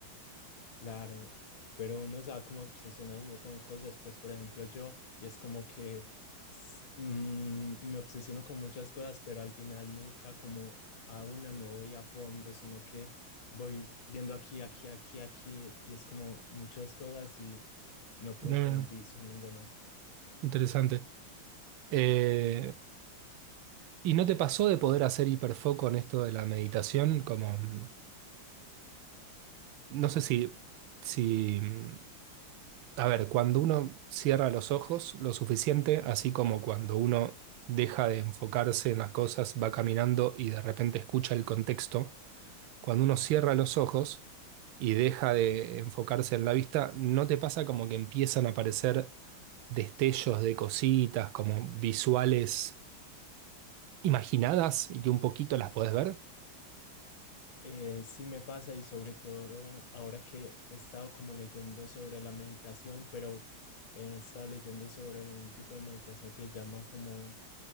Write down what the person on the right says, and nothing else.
No, no, no.
Interesante. Eh, ¿y no te pasó de poder hacer hiperfoco en esto de la meditación? Como, mm, no sé si, si, mm, a ver, cuando uno cierra los ojos lo suficiente, así como cuando uno deja de enfocarse en las cosas, va caminando y de repente escucha el contexto cuando uno cierra los ojos y deja de enfocarse en la vista, ¿no te pasa como que empiezan a aparecer destellos de cositas, como visuales imaginadas y que un poquito las podés ver?